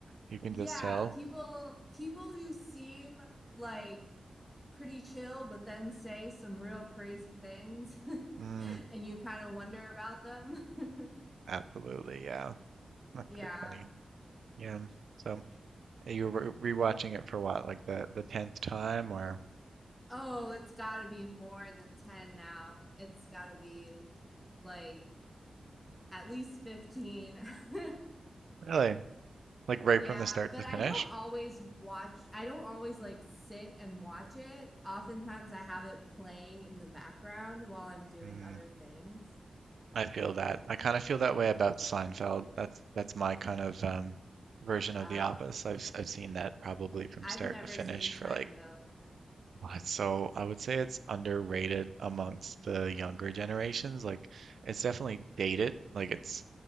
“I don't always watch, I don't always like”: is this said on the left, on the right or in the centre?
Centre